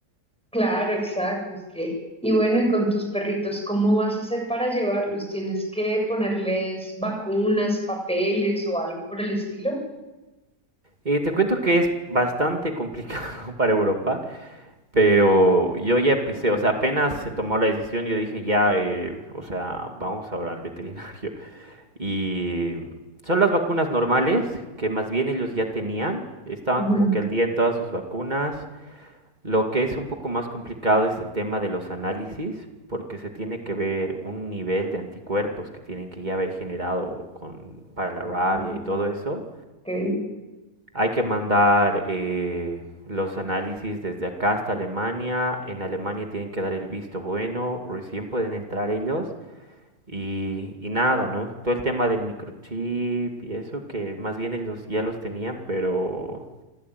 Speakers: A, in the centre; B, on the right.
A: Claro, exacto, es que, y bueno, y con tus perritos, ¿cómo vas a hacer para llevarlos? ¿Tienes que ponerles vacunas, papeles o algo por el estilo?
B: Eh, te cuento que es bastante complicado <laughs> para Europa, pero yo ya empecé, o sea, apenas se tomó la decisión, yo dije ya, eh, o sea, vamos ahora al veterinario. <laughs> Y son las vacunas normales, que más bien ellos ya tenían, estaban
A: Ujú.
B: como que al día en todas sus vacunas, Lo que es un poco más complicado es el tema de los análisis, porque se tiene que ver un nivel de anticuerpos que tienen que ya haber generado con, para la rabia
A: Ah,
B: y todo eso.
A: ok.
B: Hay que mandar eh, los análisis desde acá hasta Alemania. En Alemania tienen que dar el visto bueno, recién pueden entrar ellos. Y, y nada, ¿no? Todo el tema del microchip y eso, que más bien ellos ya los tenían, pero,